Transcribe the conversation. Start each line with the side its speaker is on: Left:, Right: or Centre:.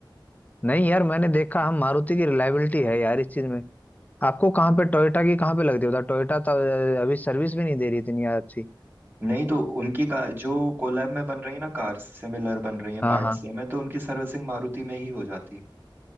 Left: नहीं यार मैंने देखा हम मारुति की रिलायबिलिटी है यार इस चीज में आपको कहाँ पे टोयोटा की कहाँ पे लग रही है टोयोटा तो अभी सर्विस भी नहीं दे रही इतनी अच्छी
Right: नहीं तो उनकी का जो कोलैब में बन रही है ना कार्स सिमिलर बन रही है
Left: हाँ
Right: पार्ट
Left: हाँ
Right: सेम है तो उनकी सर्विसिंग मारुति में ही हो जाती है